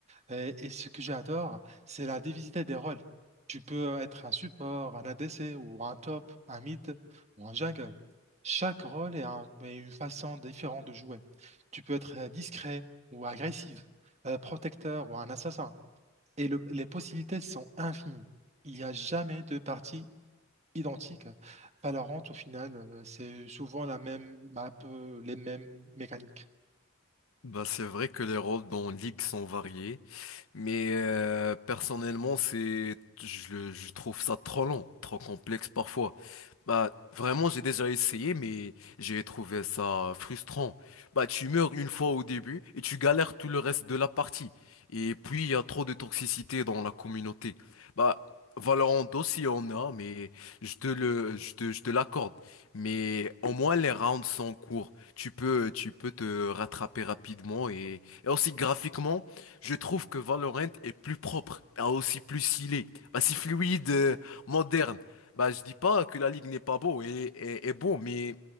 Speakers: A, on the right (about 30°); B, on the left (about 80°).
A: Et, et ce que j'adore, c'est la diversité des rôles. Tu peux être un support, un ADC ou un top, un mid ou un jungle. Chaque rôle est, un- est une façon différente de jouer. Tu peux être euh, discret ou agressif, euh, protecteur ou un assassin. Et le- les possibilités sont infinies. Il n'y a jamais de partie identique. Valorant, au final, euh, c'est souvent la même map, euh, les mêmes mécaniques.
B: Bah, c'est vrai que les rôles dans League sont variés, Mais euh, personnellement, c'est, je, le- je trouve ça trop long, trop complexe parfois. Bah, vraiment, j'ai déjà essayé, mais j'ai trouvé ça frustrant. Bah, tu meurs une fois au début et tu galères tout le reste de la partie. Et puis, il y a trop de toxicité dans la communauté. Bah, Valorant aussi en a, mais je te le, je te, je te l'accorde. Mais au moins, les rounds sont courts. Tu peux, tu peux te rattraper rapidement et, et aussi graphiquement. Je trouve que Valorant est plus propre, a aussi plus stylé, bah, c'est fluide, euh, moderne. Bah, je dis pas que la ligue n'est pas beau et, est et beau, mais